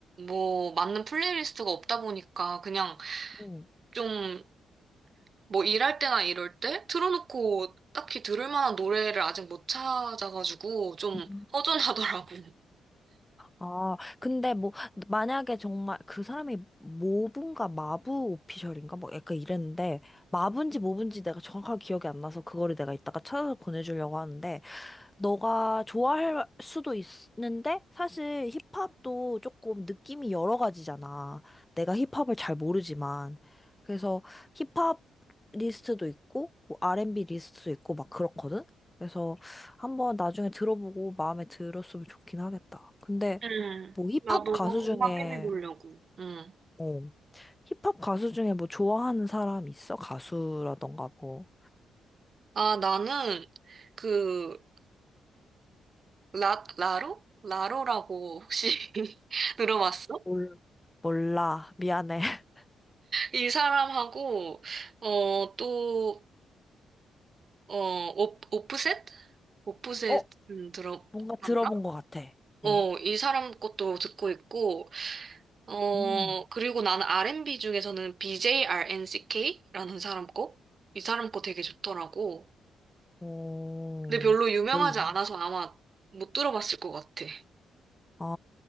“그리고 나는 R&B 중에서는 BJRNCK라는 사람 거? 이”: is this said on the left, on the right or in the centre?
Right